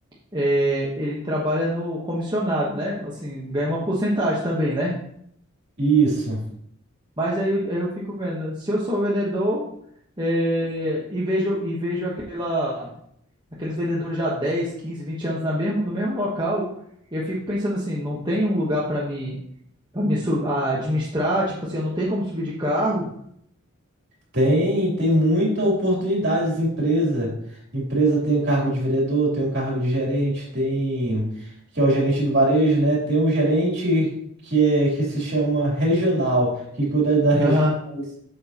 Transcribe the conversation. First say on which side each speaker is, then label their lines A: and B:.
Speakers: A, on the right; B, on the right.
A: é, ele trabalha no comissionado, né? Assim, ganha uma porcentagem também, né?
B: isso.
A: Mas aí eu, aí eu fico vendo, se eu sou vendedor, é, e vejo, e vejo aquela, aqueles vendedores já há 10, 15, 20 anos na mesmo, no mesmo local, eu fico pensando assim, não tem um lugar para mim Pra me su- a administrar, tipo assim, eu não tenho como subir de cargo.
B: Tem, tem muita oportunidade as empresas Empresa tem o cargo de vendedor, tem um cargo de gerente, tem que é o gerente do varejo, né? Tem o gerente que é que se chama regional, que cuida das regionais.
A: Aham,